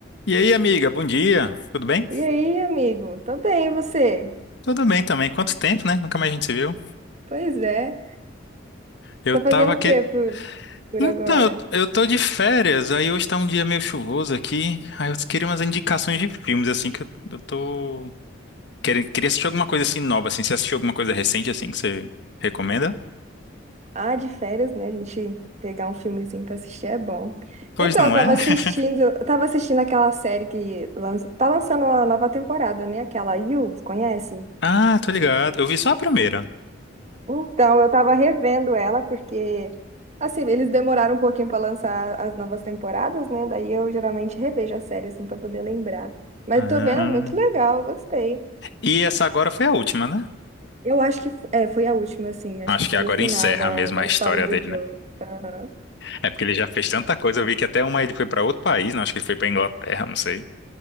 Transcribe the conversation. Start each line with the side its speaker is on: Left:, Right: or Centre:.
Left: E aí, amiga, bom dia. Tudo bem?
Right: E aí, amigo? Tô bem, e você?
Left: Tudo bem também. Quanto tempo, né? Nunca mais a gente se viu.
Right: Pois é.
Left: Eu
Right: Tá
Left: tava
Right: fazendo
Left: aqui.
Right: o quê por, por
Left: Então,
Right: agora?
Left: eu, eu tô de férias, aí hoje tá um dia meio chuvoso aqui. Aí eu queria umas indicações de filmes, assim, que eu, eu tô. Queria, queria assistir alguma coisa assim nova, assim. Você assistiu alguma coisa recente, assim, que você recomenda?
Right: Ah, de férias, né? A gente pegar um filmezinho pra assistir é bom.
Left: Pois
Right: Então,
Left: não
Right: eu tava
Left: é? <laughs>
Right: assistindo, eu tava assistindo aquela série que lança, tá lançando uma nova temporada, né? Aquela You, conhece?
Left: Ah, tô ligado. Eu vi só a primeira.
Right: Então, eu tava revendo ela porque assim, eles demoraram um pouquinho pra lançar as novas temporadas, né? Daí eu geralmente revejo a série assim para poder lembrar. Mas
Left: Ah.
Right: eu tô vendo, é muito legal, eu gostei.
Left: E essa agora foi a última, né?
Right: Eu acho que f- é, foi a última, assim. Acho
Left: Acho
Right: que foi
Left: que agora
Right: o final
Left: encerra
Right: da,
Left: mesmo
Right: da
Left: a
Right: história
Left: história
Right: do
Left: dele,
Right: Joe.
Left: né?
Right: Aham.
Left: É porque ele já fez tanta coisa. Eu vi que até uma ele foi pra outro país, né? Acho que ele foi pra Inglaterra, não sei.